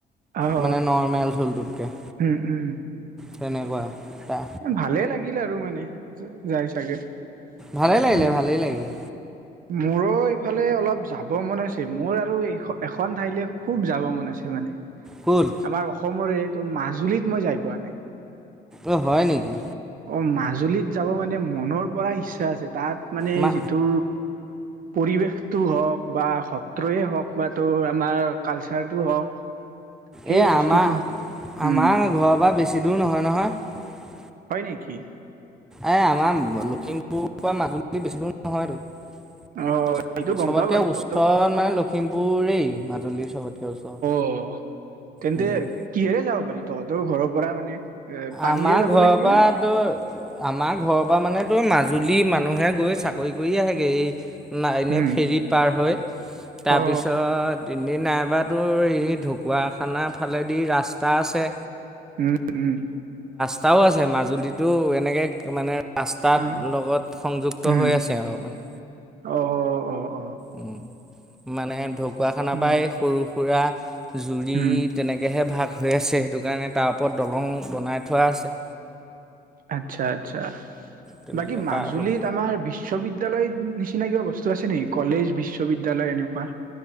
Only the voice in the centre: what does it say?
মানে নৰ্মেল ঢোলটোতকৈ
তেনেকুৱা তা
ভালেই লাগিলে ভালেই লাগিলে
ক'ত
অ, হয় নেকি?
মা
এই
আমাৰ
আমাৰ ঘৰৰ পৰা বেছি দূৰ নহয় - নহয়।
এ আমাৰ লখিমপুৰ পৰা মাজুলী বেছি দূৰ নহয়তো
চবতীয়া
ওচৰত
মানে লখিমপুৰেই মাজুলীৰ চবতাৰ ওচৰত
উম
আমাৰ
ঘৰৰ
পৰা
তোৰ আমাৰ ঘৰৰ পৰা মানে ত, মাজুলী মানুহে গৈ চাকৰি কৰি আহেগৈ ন এনেই
ফেৰীত পাৰ হয় তাৰপিছত।
এনে নাইবা তোৰ এই ঢকুৱাখানাৰ ফালেদি ৰাস্তা আছে।
ৰাস্তাও আছে মাজুলীতো এনেকে মানে ৰাস্তাৰ
লগত সংযুক্ত
হৈ আছে আৰু মানে।
উম মানে ঢকুৱাখানাৰ
পৰাই সৰু সুৰা জুৰি
তেনেকেহে ভাগ। হৈ আছে সেইটো কাৰণে তাৰ ওপৰত দলং বনাই থোৱা আছে।
তেনেকে
পাৰ হ'ব